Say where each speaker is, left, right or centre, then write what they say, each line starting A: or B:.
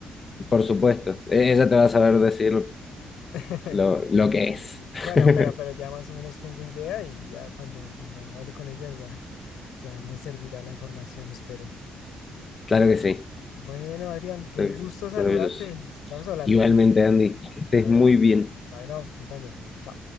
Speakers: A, on the left; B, on the left.
A: por supuesto. E- Ella te va a saber decir
B: <laughs>
A: lo, lo que es. <laughs>
B: Bueno, pero, pero ya más o menos tengo idea y ya cuando, cuando hable con ella ya, ya me servirá la información, espero.
A: Claro que sí,
B: Bueno, Adrián, qué
A: claro
B: gusto
A: que sí.
B: saludarte.
A: Maravilloso.
B: Estamos hablando.
A: Igualmente, Andy, que estés
B: Bueno,
A: muy bien.
B: bueno, tú también. Chao.